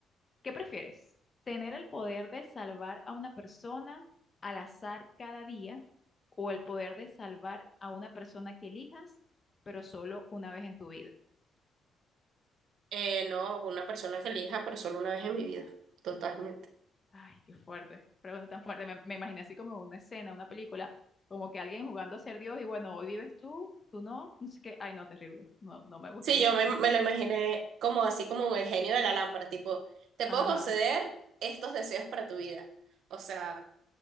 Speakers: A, on the left (about 30°); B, on the right (about 75°).
A: ¿Qué prefieres? ¿Tener el poder de salvar a una persona al azar cada día o el poder de salvar a una persona que elijas, pero solo una vez en tu vida?
B: Eh, no, una persona que elija, pero solo una vez en mi vida, totalmente.
A: Ay, qué fuerte. Pregunta tan fuerte. Me, me imaginé así como una escena, una película, como que alguien jugando a ser Dios y bueno, hoy vives tú, tú no, no sé qué. Ay, no, terrible. No, no me gustaría
B: Sí, yo
A: estar
B: me,
A: en
B: me
A: esa.
B: lo imaginé como así como el genio de la lámpara, tipo, te
A: Ajá,
B: puedo conceder estos deseos para tu vida. O sea,